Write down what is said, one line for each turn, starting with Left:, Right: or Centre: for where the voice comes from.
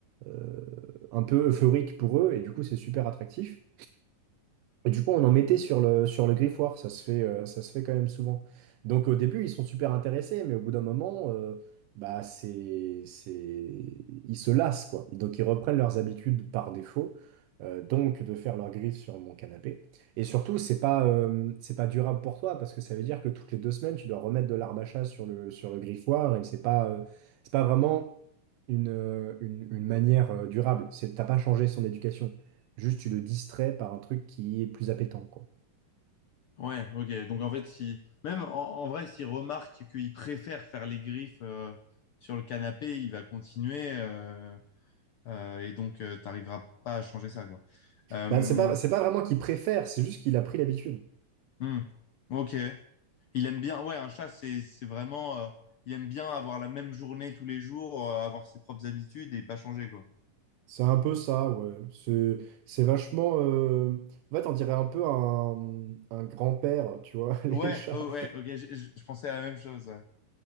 Right: euh, un peu euphorique pour eux, et du coup, c'est super attractif. Et du coup, on en mettait sur le, sur le griffoir, ça se fait, euh, ça se fait quand même souvent. Donc au début, ils sont super intéressés, mais au bout d'un moment, euh, bah, c'est, c'est... ils se lassent, quoi. Et Donc ils reprennent leurs habitudes par défaut, euh, donc de faire leur griffe sur mon canapé. Et surtout, c'est pas, euh, c'est pas durable pour toi, parce que ça veut dire que toutes les deux semaines, tu dois remettre de l'arbre à chat sur le, sur le griffoir, et c'est pas, euh, c'est pas vraiment une, euh, une, une manière euh, durable. C'est, t'as pas changé son éducation. Juste, tu le distrais par un truc qui est plus appétant, quoi.
Left: Ouais, ok. Donc en fait, si même en, en vrai, s'il remarque qu'il préfère faire les griffes euh, sur le canapé, il va continuer euh, euh, et donc euh, t'arriveras pas à changer ça, quoi. Euh,
Right: Bah, c'est pas, c'est pas vraiment qu'il préfère, c'est juste qu'il a pris l'habitude.
Left: hmm. ok. Il aime bien. Ouais, un chat, c'est c'est vraiment. euh, il aime bien avoir la même journée tous les jours, euh, avoir ses propres habitudes et pas changer, quoi.
Right: C'est un peu ça, ouais. C'est, c'est vachement. euh, En fait, on dirait un peu un, un grand-père, tu vois, <laughs> les
Left: Ouais,
Right: chats.
Left: oh, ouais. Ok, je je- je pensais à la même chose. ouais.